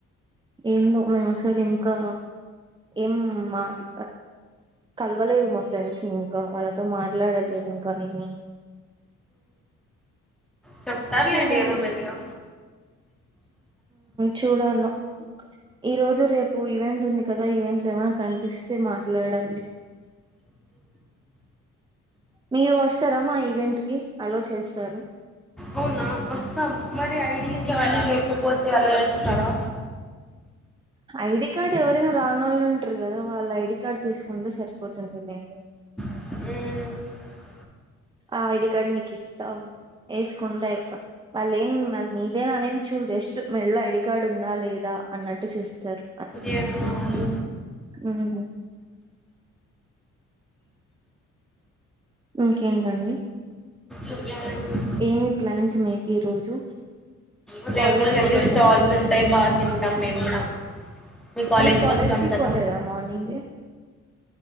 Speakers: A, on the right (about 15°); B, in the centre.
A: ఏందో మేము సైడ్ ఇంకా ఏం మాట్ల కలవలేదు మా ఫ్రెండ్స్ ని ఇంకా, వాళ్ళతో మాట్లాడలేదు ఇంకా నేను.
B: చెప్తారులేండి
A: చూడాలి
B: ఏదో మెల్లిగా.
A: చూడాల ఈ రోజు రేపు ఈవెంట్ ఉంది కదా ఈవెంట్లు ఏమైనా కనిపిస్తే మాట్లాడాలి. మీరు వస్తారా మా ఈవెంట్ కి అలవ్ చేస్తారు.
B: అవునా వస్తాం మరి ఐడికార్డు లేకపోతే అలవ్ చేస్తారా?
A: ఐడి కార్డు ఎవరైనా రాని వాళ్ళు ఉంటారు కదా! వాళ్ళ ఐడి కార్డు తీసుకుంటూ సరిపోతుంది. నేను
B: హ్మ్.
A: ఆ ఐడి కార్డు మీకు ఇస్తా. వేసుకుంటె వాళ్ళు అది ఏం మీదేని ఎవ్వరూ చూడరు. జస్ట్ మెల్లో ఐడి కార్డు ఉందా లేదా అన్నట్టు చూస్తారు.
B: ఏమో మరి
A: హు హూ. ఇంకేంటండి.
B: సాలడి <unintelligible>
A: ఏమి ప్లాన్స్ మీకు ఈ రోజు?
B: అ దగ్గడుక
A: కాలేజ్
B: వెళ్ళి
A: పోలేదా
B: స్టాల్స్ ఉంటాయి బాగా తింటాం మేము కూడా. మీ కాలేజ్
A: మళ్ళీ
B: కి వస్తాం కదా!
A: పోలేదా మార్నింగే